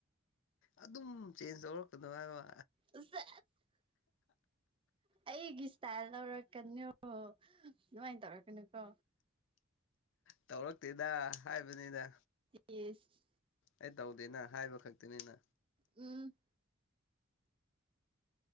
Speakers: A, on the left; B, on the right.
A: ꯑꯗꯨꯝ ꯆꯦꯟꯖ ꯇꯧꯔꯛꯀꯅꯣ ꯍꯥꯏꯕ
B: ꯁꯦꯁ ꯑꯩꯒꯤ ꯏꯁꯇꯥꯏꯜ ꯂꯧꯔꯛꯀꯅꯣ ꯑꯗꯨꯃꯥꯏꯅ ꯇꯧꯔꯛꯀꯅꯨꯀꯣ
A: ꯇꯧꯔꯛꯇꯦꯗ ꯍꯥꯏꯕꯅꯤꯗ
B: ꯌꯦꯁ
A: ꯑꯩ ꯇꯧꯗꯦꯅ ꯍꯥꯏꯕ ꯈꯛꯇꯅꯤꯅ
B: ꯎꯝ